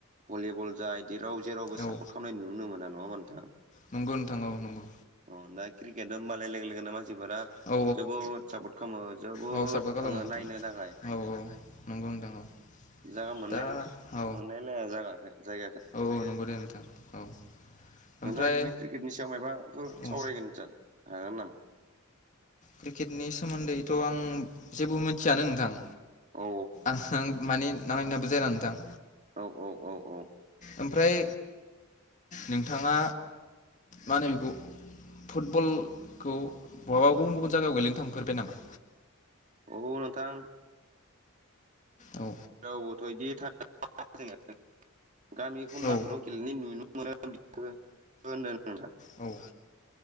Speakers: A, on the right (about 35°); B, on the left (about 35°).
A: भलिबल जा बिदि राव जेरावबो
B: औ
A: सापर्ट खालामनाय नुनोनो मोना नङा होनबा नोंथां?
B: नंगौ नोंथां औ नंगौ।
A: औ दा क्रिकेट होनबालाय लोगो लोगोनो मानसिफोरा
B: औ
A: जोबोद सापर्ट खालामो जोबोद
B: औ सापर्ट खालामो
A: थाङो
B: नोंथां
A: नायनो थाखाय।
B: औ नंगौ नोंथां औ
A: जा मोनलाय
B: दा औ
A: मोनलायलाया जागा जायगाखो।
B: औ नंगौ दे नोंथां औ। ओमफ्राय
A: नोंथाङा इदिनो क्रिकेटनि सायाव मायाबाफोर
B: औ
A: सावरायगोन जा हागोन नामा?
B: क्रिकेटनि सोमोन्दैथ' आं जेबो मिथियानो नोंथां।
A: औ
B: आं माने नायनायाबो जाया नोंथां।
A: औ औ औ औ
B: ओमफ्राय नोंथाङा मा होनो बेखौ फुटबलखौ बहाबा गुबुन गुबुन जायगायाव गोेलेनो थांफेरबाय नामा?
A: औ नोंथां
B: औ
A: औथ' बिदि थाङा जोङो गामि खनलाफोराव
B: औ
A: गेलेनाय नुनो मोनो नोंथां।
B: औ